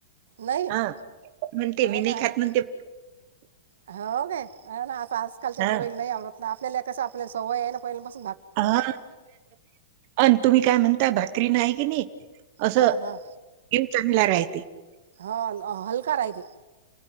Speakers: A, on the right; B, on the right.
A: नाही <unintelligible>
B: हा
A: <inaudible>
B: म्हणते मी नाही
A: ना हो
B: खात
A: ना
B: म्हणते <unintelligible>
A: हो गे ना आता आजकालच्या
B: हा
A: पुरेला नाही आवडत ना आपल्याला कस आपल्याला सवय आहे ना पहि म <unintelligible> <inaudible> <unintelligible>
B: हा अ तुम्ही काय म्हणता भाकरी नाही की नाही <unintelligible> <unintelligible> <unintelligible> असं
A: हां हां
B: हीव चांगला राहते <unintelligible>
A: हो हलका राहते